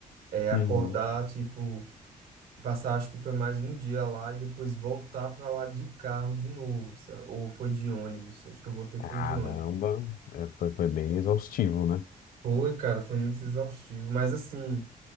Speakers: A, on the right (about 85°); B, on the left (about 75°).
A: é, acordar,
B: Uhum.
A: tipo. Passar, acho que foi mais um dia lá e depois voltar para lá de carro de novo, sabe? Ou foi de ônibus, acho que eu voltei
B: Caramba,
A: foi de ônibus.
B: é, foi, foi bem exaustivo, né?
A: Foi, cara, foi muito exaustivo, mas assim,